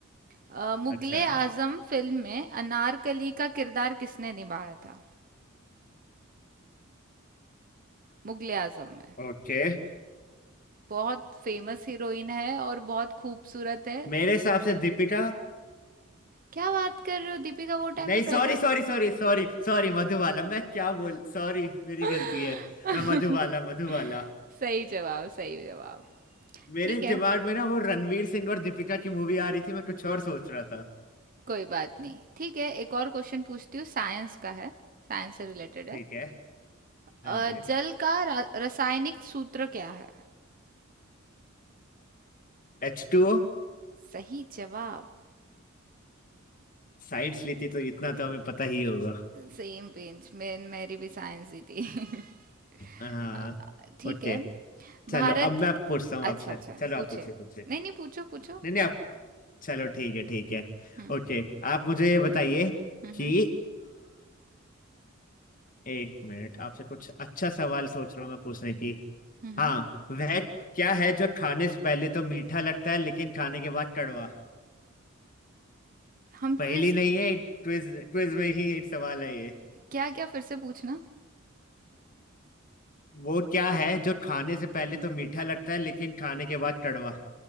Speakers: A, on the right; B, on the left.
A: अ, मुगले
B: अच्छा
A: आजम फिल्म में अनारकली का किरदार किसने निभाया था मुगले आजम में
B: ओके
A: बहुत फेमस हीरोइन है और बहुत खूबसूरत है
B: मेरे हिसाब से दीपिका
A: क्या बात कर रहे हो दीपिका वो टाइम
B: नहीं
A: पे
B: sorry
A: पैदा
B: sorry sorry sorry sorry Madhubala मैं क्या बोल सॉरी मेरी
A: <laughs>
B: गलती है मैं मधुबाला मधुबाला
A: सही जवाब सही जवाब
B: मेरे
A: ठीक है
B: दिमाग में ना वो रणवीर सिंह और दीपिका की मूवी आ रही थी मैं कुछ और सोच रहा था
A: कोई बात नहीं ठीक है एक और क्वेश्चन पूछती हूँ साइंस का है साइंस से रिलेटेड है
B: ठीक है हाँ
A: अ,
B: जी
A: जल का रा- रासायनिक सूत्र क्या है
B: H two O
A: सही जवाब
B: साइंस ली थी तो इतना तो हमें पता ही होगा
A: सेम पेज में मेरी भी साइंस ही थी <laughs>
B: हाँ
A: अ, ठीक
B: ओके
A: है
B: चलो
A: भारत
B: अब मैं पूछता हूँ आपसे
A: अच्छा अच्छा
B: चलो
A: पूछे
B: आप पूछिए पूछिए
A: नहीं नहीं पूछो पूछो
B: नहीं नहीं आप चलो ठीक है ठीक है
A: हम्म
B: ओके आप मुझे ये बताइए
A: हम्म
B: कि
A: हम्म
B: एक मिनट आपसे कुछ अच्छा सवाल सोच रहा हूँ मैं पूछने की
A: हम्म।
B: हाँ वह क्या है जो खाने से पहले तो मीठा लगता है लेकिन खाने के बाद कड़वा
A: हम
B: पहेली
A: क्विज
B: नहीं है क्विज क्विज में ही एक सवाल है ये
A: क्या क्या फिर से पूछना
B: वो क्या है जो खाने से पहले तो मीठा लगता है लेकिन खाने के बाद कड़वा